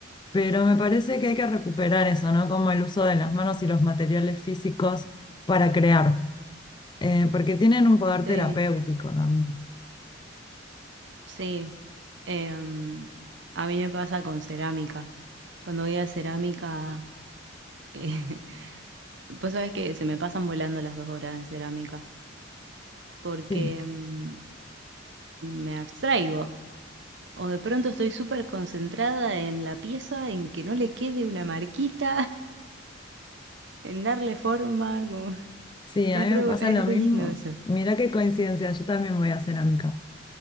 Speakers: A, on the left (about 25°); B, on the right (about 65°).
A: Pero me parece que hay que recuperar eso, ¿no? Como el uso de las manos y los materiales físicos para crear, eh, porque tienen un poder
B: Sí,
A: terapéutico también.
B: sí. Em, a mí me pasa con cerámica. Cuando voy a cerámica, <laughs> eh, vos sabés que se me pasan volando las dos horas en cerámica, porque
A: Sí,
B: em, me abstraigo. O de pronto estoy súper concentrada en la pieza, en que no le quede una marquita. en darle forma, como,
A: sí, a
B: es
A: mí
B: re,
A: me pasa
B: es
A: lo mismo.
B: re lindo eso.
A: Mira qué coincidencia, yo también voy a cerámica.